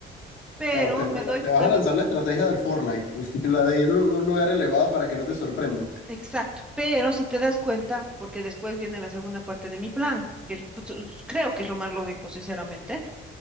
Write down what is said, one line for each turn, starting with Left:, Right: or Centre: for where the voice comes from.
Centre: Pero
Left: Claro, te, te-
Centre: me doy
Left: te vas
Centre: cuenta,
Left: a lanzar la estrategia del Fortnite, <laughs> la de ir a un lugar elevado para que no te sorprendan.
Centre: exacto, pero si te das cuenta, porque después viene la segunda parte de mi plan, que pues, creo que es lo más lógico, sinceramente.